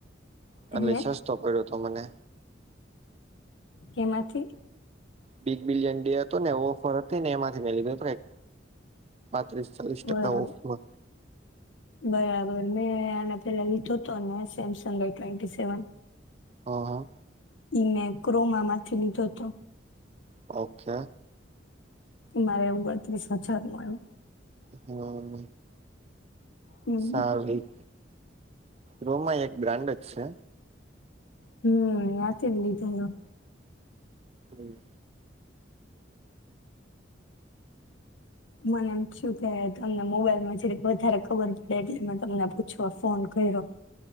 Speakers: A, on the left (about 90°); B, on the right (about 35°).
A: હે
B: એટલે સસ્તો પડ્યો તો મને,
A: કે માંથી?
B: બિગબિલિયન ડે હતો ને ઓફર હતી, ને એમાંથી મેં લીધો હતો, એક પાંત્રીસ ચાલીસ
A: બરાબર
B: ટકા ઓફર
A: બરાબર મેં આને પેલા લીધો હતો, ને સેમસંગ આ ટ્વેન્ટી સેવન.
B: હા હા
A: ઈમે ક્રોમા માંથી લીધો હતો.
B: ઓકે.
A: મારે ઓગણત્રીસ હજારનો આવ્યો.
B: હું
A: હમ
B: સારું. રોમા એક બ્રાન્ડજ છે.
A: હું ન્યાયથી જ લીધે લો.
B: હું.
A: મને એમ છું, કે તમને મોબાઈલમાં જ વધારે ખબર પડે એટલે મેં તમને પૂછવા ફોન કર્યો.